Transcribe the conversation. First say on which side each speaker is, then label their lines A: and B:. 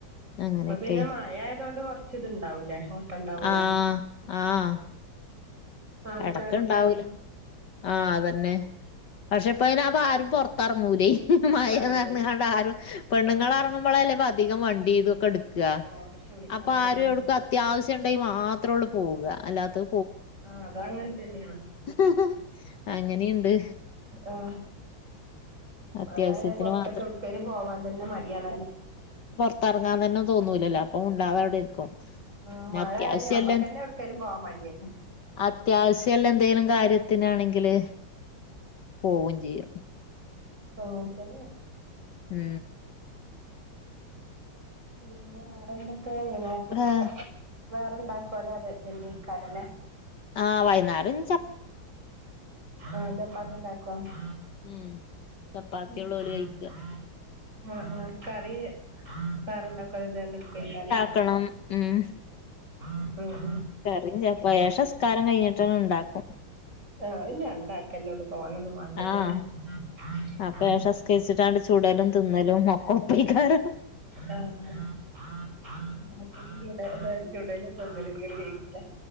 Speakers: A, on the left; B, on the right.
A: അങ്ങനെയൊക്കെ
B: ഇപ്പൊ പിന്നെ മഴ ആയത് കൊണ്ട് കൊറച്ച് ഇത്ണ്ടാവൂലേ. ഓട്ടണ്ടാവൂലേ
A: ആഹ് ആഹ്
B: ആൾക്കാരൊക്ക
A: എടക്ക്ണ്ടാവൂല
B: <unintelligible>
A: ആഹ് അതന്നെ പക്ഷെ ഇപ്പ അയിന് അപ്പ ആരും പൊറത്തെറങ്ങൂലേയ് മഴന്ന്
B: അതാള്ളത്
A: പറഞ്ഞാണ്ട് ആരും, പെണ്ണുങ്ങളറങ്ങുമ്പോളഅല്ലെ
B: ആഹ് അപ്പൊ
A: അധികം വണ്ടി ഇതൊക്കെ എടുക്ക കാ
B: ഓട്ടർക്ഷ വിളിക്കാ
A: അപ്പൊ
B: പറഞ്ഞ്
A: ആരും എവിടുക്ക അത്യാവശ്യം ഉണ്ടെങ്കിൽ മാത്രം ഉള്ളൂ പോവ അല്ലാത്ത
B: ആഹ് അതാങ്ത്തെന്നെണ്
A: ഹ്, ഹ് അങ്ങനിണ്ട്
B: ആഹ്
A: അത്യാവശ്യത്തിന്
B: മഴ ആയ, പുറത്തൊക്കൊക്കെ
A: മാത്രം
B: എവിടേക്കേലും പോവാൻ തന്നെ മടി യാണ
A: പൊറത്തർങ്ങാൻ തന്നെ തോന്നൂലല്ല അപ്പൊ മുണ്ടാതെ അവിടെ ഇരിക്കും
B: ആ,
A: പിന്നെ
B: മഴ
A: അത്യാവശ്യല്ല
B: ആയ ഞമ്മക്കന്നെ എവട്ക്കേലും പോവാൻ മടിയാണ്
A: അത്യാവശ്യല്ല എന്തെങ്കിലും കാര്യത്തിനാണെങ്കില് പോവും ചെയ്യും
B: അങ്ങനെ തന്നേ.
A: ഉം
B: പിന്നെ വേറെന്തൊക്കെ
A: ആഹ്
B: വൈന്നേരം <unintelligible> വേറെണ്ടാക്കുവാലേ അതൊ ഇതെന്നേക്കാരംലെ
A: ആഹ വൈന്നാരം
B: ആഹ് ചപ്പാത്തി ഇണ്ടാക്കുവാ.
A: ഉം ചപ്പാത്തിയൊള്ളൂ
B: മ്മ്.
A: ഓല് കഴിക്ക
B: ഉം ഉം കറീ കറി ഇണ്ടാക്ക്വാ <unintelligible>
A: ക്കണം ഉം.
B: ഉം ഉം
A: കറിയും ചപ്പേ എശാസ്കാരം കഴിഞ്ഞിട്ടിണ്ടാക്കും.
B: ആഹ് ഇഞ്ഞ് രണ്ടാക്കല്ലെ ഇള്ളൂ, തോനൊന്നും വേ ണ്ടല്ലോ
A: ആഹ്
B: ല്ലേ? ആഹ്
A: അപ്പൊ
B: ആഹ്.
A: ഏഷസ്കരിച്ചിട്ടാണ്ട് ചുടലും തിന്നലും ഒക്കെ ഒപ്പേയ്ക്കാരം
B: എന്നാപ്പൊ ഇത് <unintelligible> ചുടലും തിന്നലും <unintelligible> വെയ്ക്കൂലെ?